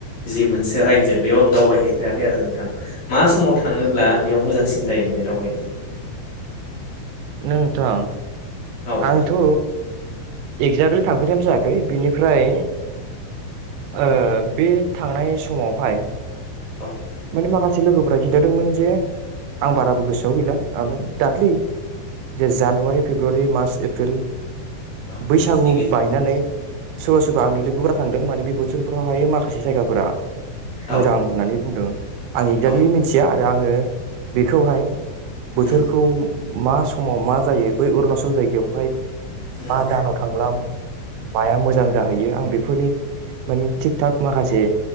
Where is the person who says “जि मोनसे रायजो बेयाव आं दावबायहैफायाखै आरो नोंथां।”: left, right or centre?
Left